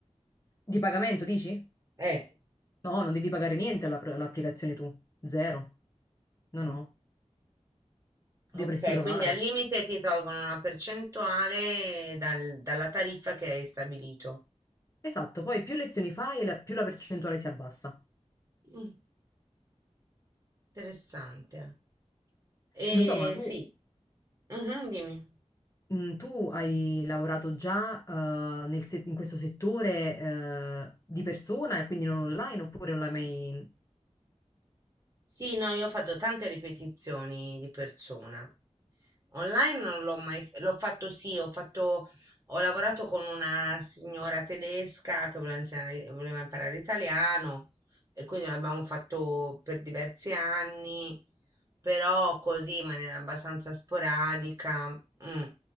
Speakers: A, on the left; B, on the right.
A: Di pagamento, dici?
B: Eh,
A: No, non devi pagare niente alla- all'applicazione tu, zero. No, no, dovresti
B: ok,
A: provare.
B: quindi al limite ti tolgono una percentuale dal- dalla tariffa che hai stabilito.
A: Esatto, poi più lezioni fai e la- più la percentuale si abbassa.
B: Mm, interessante. Eh,
A: Non so, ma tu,
B: sì, Mhm, dimmi.
A: mh, tu hai lavorato già eh, nel se- in questo settore eh, di persona e quindi non online oppure non l'hai mai...
B: Sì, no, io ho fatto tante ripetizioni di persona. Online non l'ho mai, f- l'ho fatto sì, ho fatto, ho lavorato con una signora tedesca che voleva, insegnare- voleva imparare l'italiano e quindi l'abbiamo fatto per diversi anni, però così in maniera abbastanza sporadica. mm.